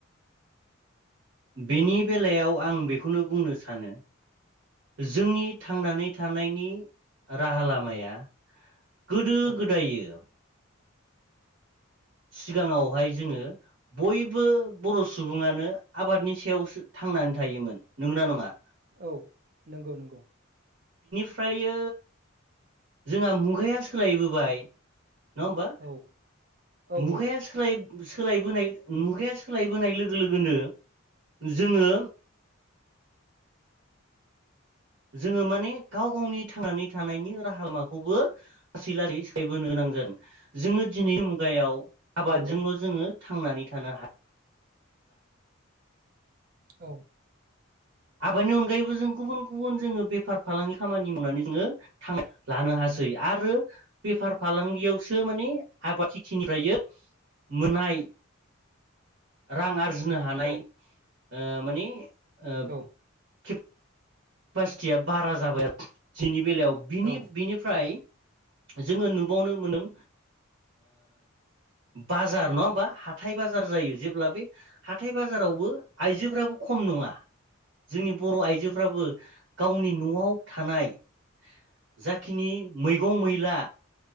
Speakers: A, on the right; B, on the right.
A: बेनि बेलायाव आं बेखौनो बुंनो सानो जोंनि थांनानै थानायनि राहा लामाया गोदो
B: औ
A: गोदायो सिगाङावहाय जोङो बयबो बर' सुबुङानो आबादनि सायावसो थांनानै थायोमोन नंगोना नङा।
B: औ नंगौ नंगौ।
A: फ्रायो जोंहा मुगाया सोलायबोबाय। नङा होमबा।
B: औ औ
A: मुगाया
B: औ
A: सोलायबो बाय मुगाया सोलायबोनाय लोगो लोगोनो जोङो जोङो माने गाव गावनि थांनानै थानायनि राहा लामा खौबो लासै लासै सोलायबोनो गोनां जादों। जोङो दिनै मुगायाव आबादजोंल'
B: औ
A: जोङो थांनानै थानो हाया।
B: <inaudible> औ।
A: आबादनि अनगायैबो जों गुबुन गुबुन जोङो बेफार फालांगि खामानि मावनानै जोङो। लानो हासै आरो बेफार फालांगियावसो माने आबाद खेथिनिफ्राय मोननाय रां आरजिनो हानाय।
B: औ
A: ओ मानि ओ
B: औ
A: <inaudible> केपासिटिया बारा जाबाय आरो। दिनैनि बेलायाव बिनि
B: औ
A: बिनिफ्राय जोङो नुबावनो मोनदों बाजार नङा बा हाथाय बाजार जायो जेब्ला बे हाथाय बाजारावबो आइजोफ्राबो खम नङा जोंनि बर' आइजोफ्राबो गावनि न'आव थानाय जा जाखिनि मैगं मैला